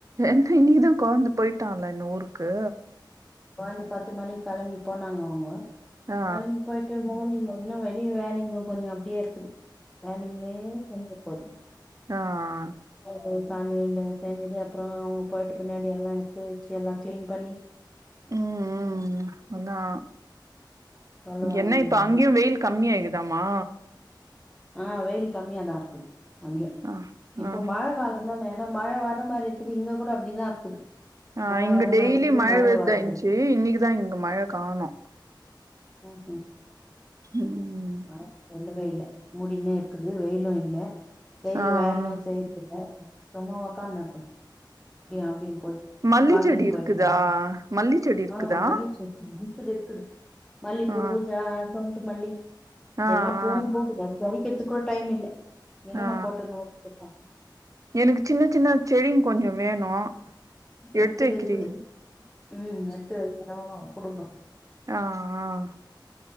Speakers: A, on the right; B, in the centre.
A: என்ன இன்னிக்கிதா கொழந்த போயிட்டா ங்ல இன்னு ஊருக்கு
B: கொழந்தை பத்து மணிக்கு களம்பி போனாங்க அவங்க
A: ஆ
B: களம்பி போயிட்டு மார்னிங் அவங் இன்னு வெளிய வேலைங்க கொஞ்சோ அப்டியே இருக்குது வேலைங்களே தள்ளிப்போது
A: ஆஆ
B: ங்களுக் காலைல செஞ்சது அப்பறோ அவங்க போயிட்டு பின்னாடி எல்லா எடுத்து வச்சு எல்லா கிளீன் பண்ணி
A: ம் ம் அதா
B: சொல்லுவாங்க
A: என்ன இப்ப
B: மேம்
A: அங்கையு வெயில் கம்மியாயிகுதாமா
B: ஆ வெயில் கம்மியாதா இருக்குது அங்கியு
A: ஆ
B: இப்போ
A: ஆ
B: மழை காலந்தான ஏன்னா மழை வர்ற மாரி இருக்குது இங்க கூட அப்டிதா இருக்குது,
A: ஆ
B: மழ
A: இங்க
B: வர்ற
A: டெய்லி
B: மாரி இருக்குது
A: மழை
B: மழ
A: விழுந்துதாருந்துச்சி
B: வரதில்ல
A: இன்னைக்கிதா இங்க மழை காணு
B: ம்ஹூம்
A: ம்
B: மழ <unintelligible> <unintelligible> மூடின்னே இருக்குது வெயிலு இல்ல செய்யுற
A: ஆ
B: வேலயு
A: ஆ
B: செய்யுறது இல்ல இப்ப தா உக்காந்தே இப்ப தா இப்டியு அப்டியு போய்
A: மல்லி
B: வாக்கிங்
A: செடி இருக்குதா
B: போய் <inaudible>
A: மல்லி செடி இருக்குதா
B: ஆஹ் <unintelligible> இக்குது இக்குது மல்லி
A: ஆ
B: பூ ஜாத ட்டு மல்லி
A: ஆ
B: எல்லா
A: ஆ
B: பூவு பூக்குது அது பறிக்க அதுக்கூட டைம் இல்ல எங்கன்னா
A: ஆ
B: போட்ட நோட்பன்றா
A: எனக்கு சின்ன சின்ன செடிங்க கொஞ்சோ வேணு எடுத்து
B: இருக்குது
A: வைக்கிறீங்
B: இருக்குது உம் எடுத்து வக்கி ஆமா குடுக்கறோ
A: ஆஹ் ஆஹ்